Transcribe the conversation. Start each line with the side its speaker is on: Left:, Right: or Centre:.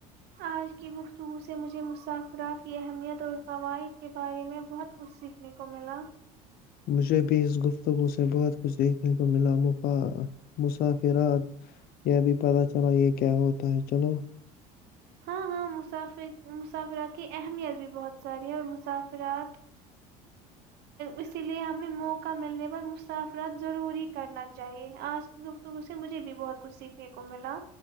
Right: آج کی گفتگو سے مجھے مسافرات کی اہمیت اور فوائد کے بارے میں بہت کچھ سیکھنے کو ملا
Left: مجھے بھی اس گفتگو سے بہت کچھ سیکھنے کو ملا مسافرات یہ بھی پتہ چلا یہ کیا ہوتا ہے چلو
Right: ہاں ہاں مسافر مسافرات کی اہمیت بھی بہت ساری اور مسافرات <inaudible> اسی لیے ہمیں موقع ملنے پر مسافرات ضرور ہی کرنا چاہیے آج کی گفتگو سے مجھے بھی بہت کچھ سیکھنے کو ملا